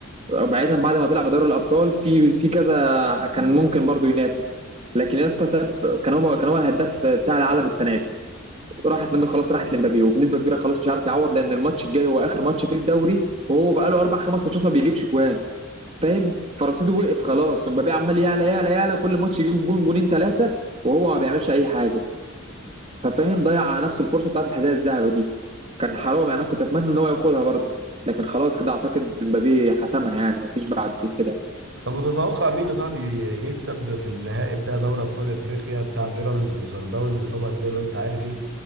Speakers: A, on the right (about 30°); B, on the right (about 65°).
A: بعيدا بعد ما طلع بدوري الابطال في في كذا كان ممكن برضه ينافس لكن يا اسطى ساب كان هو كان هو الهداف بتاع العالم السنه دي راحت منه خلاص راحت لمبابي وبنسبه كبيره خلاص مش عارف يعوض لان الماتش الجاي هو اخر ماتش في الدوري وهو بقى له اربع خمس ماتشات ما بيجيبش جوان فاهم فرصيده وقف خلاص مبابي عمال يعلى يعلى يعلى كل ماتش يجيب جون جونين ثلاثه وهو ما بيعملش اي حاجه ففاهم ضيع على نفسه الفرصه بتاعت الحذاء الذهبي دي كان حرام يعني انا كنت اتمنى ان هو ياخدها برضه لكن خلاص كده اعتقد مبابي حسمها يعني ما فيش بعد كده
B: طب وتتوقع مين يا صاحبي يكسب في النهائي بتاع دوري ابطال افريقيا بتاع بيراميدز وسان داونز طبعا زي ما انت عارف ايه